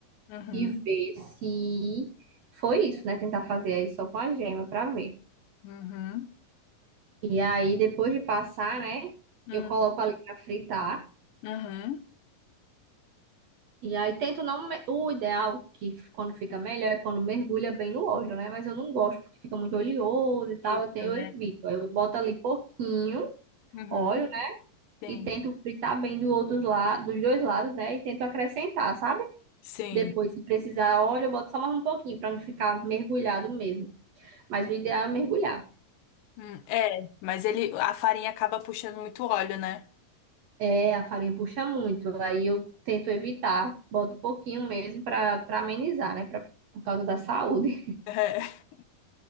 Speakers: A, on the left; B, on the right.
A: Uhum,
B: e ver se foi isso, né? Tentar fazer aí só com a gema pra ver.
A: uhum,
B: E aí, depois de passar, né?
A: uhum,
B: Eu coloco ali pra fritar.
A: uhum.
B: E aí tento não. me- O ideal que quando fica melhor é quando mergulha bem no óleo, né? Mas eu não gosto porque fica muito oleoso e tal.
A: Isso,
B: Eu, te- eu
A: né?
B: evito. Aí eu boto ali pouquinho
A: Uhum,
B: óleo, né?
A: sim,
B: E tento fritar bem do outros la... dos dois lados, né? E tento acrescentar, sabe?
A: sim.
B: Depois, se precisar óleo, eu boto só mais um pouquinho para não ficar mergulhado mesmo. Mas o ideal é mergulhar.
A: Hum, é, mas ele, a farinha acaba puxando muito óleo, né?
B: É, a farinha puxa muito. Aí eu tento evitar. Boto pouquinho mesmo para para amenizar, né? Pra... Por causa da saúde.
A: <laughs>